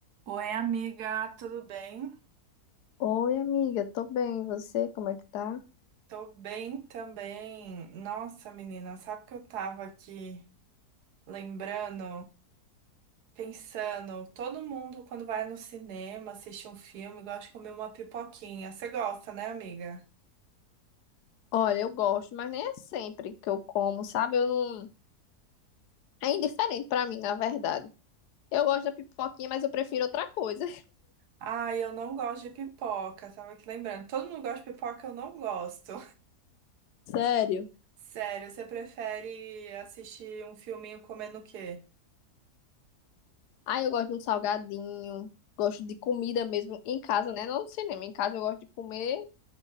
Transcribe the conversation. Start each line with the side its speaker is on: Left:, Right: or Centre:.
Right: Oi, amiga, tudo bem?
Left: Oi, amiga, tô bem. E você, como é que tá?
Right: Tô bem também. Nossa, menina, sabe que eu tava aqui lembrando, pensando, todo mundo quando vai no cinema, assiste um filme, gosta de comer uma pipoquinha. Você gosta, né, amiga?
Left: Olha, eu gosto, mas nem é sempre que eu como, sabe? Eu não. É indiferente pra mim, na verdade. Eu gosto da pipoquinha, mas eu prefiro outra coisa.
Right: Ai, eu não gosto de pipoca, tava aqui lembrando. Todo mundo gosta de pipoca, eu não gosto.
Left: <laughs> Sério.
Right: <laughs> Sério, você prefere assistir um filminho comendo o quê?
Left: Ah, eu gosto de um salgadinho, gosto de comida mesmo em casa, né? Não no cinema, em casa eu gosto de comer